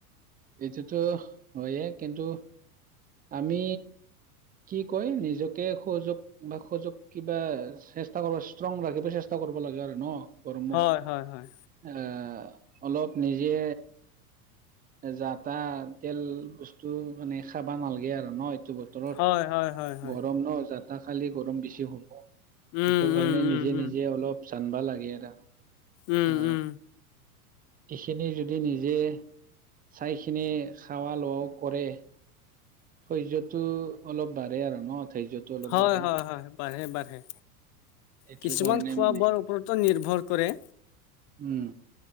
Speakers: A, on the right; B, on the left.
A: এইটোতো হয়ে কিন্তু আমি কি কয় নিজকে সহযোগ বা সহযোগ কিবা চেষ্টা কৰবা ষ্ট্ৰং ৰাখিব চেষ্টা কৰক ব লাগে আৰু ন'গৰমত?
B: হয়, হয়, হয়,
A: এ, অলপ নিজে যা তা তেল বস্তু মানে খাবা নালাগে আৰু ন'? টো বতৰত
B: হয়, হয়, হয়, হয়।
A: গৰম ন'? যাত তা খালি গৰম বেছি হ'ব। সেইটো
B: উম,
A: কাৰণে
B: উম, উম,
A: নিজে
B: উম,
A: নিজে অলপ জানবা লাগে আৰু।
B: উম,
A: আ,
B: উম,
A: এইখিনি যদি নিজেই চাইখিনি খাৱা লোৱাও কৰে সহ্যতো অলপ বাঢ়ে আৰু ন'? ধৈৰ্যটো অলপ
B: হয়,
A: বাঢ়ে
B: হয়, হয়। বাঢ়ে, বাঢ়ে।
A: এইটো
B: কিছুমান
A: কাৰণে
B: খোৱা
A: মানে
B: বোৱাৰ ওপৰতো নিৰ্ভৰ কৰে।
A: উম।